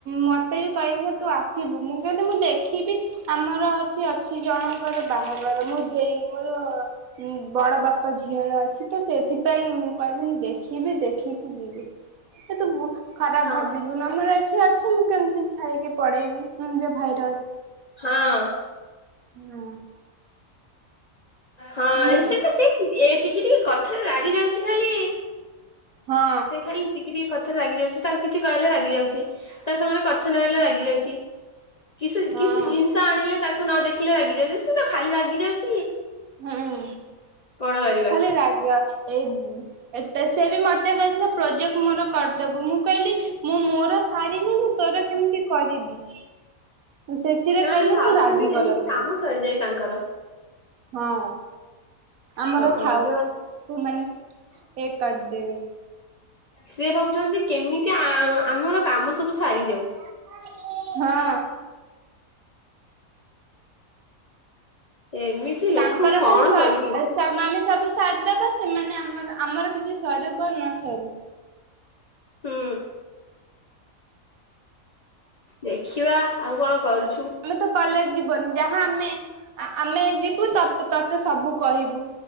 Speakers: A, on the right; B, on the left.
A: ମତେ ବି କହିବେ ତୁ ଆସିବୁ ମୁଁ କହିଲି ଦେ ଦେଖିବି ଆମର ଏଠି ଅଛି ଜଣଙ୍କର ବାହାଘର ମୁଁ ଦେଇ ମୋର ବଡ ବାପା ଝିଅର ଅଛି ତ ସେଥିପାଇଁ ମୁଁ କହିଲି ମୁଁ ଦେଖି। ଦେଖିବି ଦେଖିକି ଯିବି ଏ ତୁ ଖରାପ
B: ହଁ।
A: ଭାବିବୁ ନା ଆମର ଏଠି ବା ଅଛି ମୁଁ କେମିତି ଛାଡ଼ିକି ପଢେଇବି ମୁଁ ନିଜ ଭାଇରେ ଅଛି।
B: ହଁ।
A: ହୁଁ।
B: ହଁ
A: ମୁଁ
B: ଏ ତ ସ <unintelligible> ଏ ଟିକିଏ ଟିକିଏ କଥାରେ ରାଗି ଯାଉଛି ଖାଲି
A: ହଁ
B: ସେ ଖାଲି ଟିକିଏ କଥାରେ ରାଗି ଯାଉଛି ତାକୁ କିଛି କହିଲେ ରାଗି ଯାଉଛି ତା ସାଙ୍ଗରେ କଥା ନହଲେ ରାଗିଯାଉଛି। କିସ
A: ହଁ
B: କିଛି ଜିନିଷ ଆଣିଲେ ତାକୁ ନ ଦେଖିଲେ ରାଗିଯାଉ ତ ଖାଲି ରାଗିଯାଉଛି।
A: ହୁଁ
B: କଣ କରିବା
A: ଖାଲି ରାଗି ଏ ଏତ ସେ ବି ମତେ କହିଥିଲା ପ୍ରୋଜେକ୍ଟ ମୋର କରିଦେବୁ ମୁଁ କହିଲି ମୁଁ ମୋର ସାରିନି ମୁଁ ତୋର କେମିତି କରିବି। ସେଥିରେ
B: ସେମାନେ
A: କହିଲେ
B: ଭାବୁଛନ୍ତି
A: ସେ ରାଗିଗଲା
B: ଯେମିତି
A: ପୁରା।
B: କାମ ସରିଯାଏ ତାଙ୍କର।
A: ହଁ ଆମର
B: ହଁ
A: ଥାଉ
B: ସେମାନେ
A: ସେମାନେ କେକ୍ କାଟିଦେବେ।
B: ସେ ଭାବୁଛନ୍ତି କେମିତି ଆ ଆମର କାମ ସବୁ ସାରିଯାଉ।
A: <inaudible> ହଁ।
B: ଏମିତି ଲୋକଙ୍କୁ
A: ତାଙ୍କର
B: କଣ
A: ଖାଲି ସ
B: କରିବି।
A: ଆମେ ସବୁ ସାରି ଦେବା ସେମାନେ ଆମର ଆମର କିଛି ସରୁ ବା ନ ସରୁ।
B: ହୁଁ। ଦେଖିବା ଆଉ କଣ୍ କରୁ
A: ଆମେ ତ କଲେଜ ଯିବନି ଯାହା ଆମେ ଆମେ ଯିବୁ ତ ତତେ ସବୁ କହିବୁ।